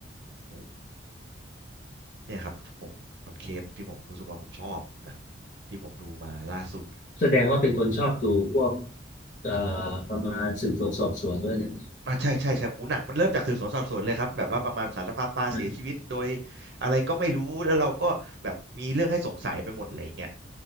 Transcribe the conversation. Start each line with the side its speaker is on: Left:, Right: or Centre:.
Right: โอ้ เนี่ยครับผมคอนเคฟที่ผมรู้สึกว่าผมชอบหนังที่ผมดูมาล่าสุด
Left: แสดงว่าเป็นคนชอบดูพวกเอ่อประมาณสืบสวนสอบสวนด้วยอะไรอย่างเงี้ย
Right: อ่ะใช่ใช่ใช่โอ้หนังมันเริ่มจากสืบสวนสอบสวนเลยครับแบบว่าประมาณสารภาพปลาเสียชีวิตโดย
Left: นะ
Right: อะไรก็ไม่รู้แล้วเราก็แบบมีเรื่องให้สงสัยไปหมดอะไรอย่างเงี้ย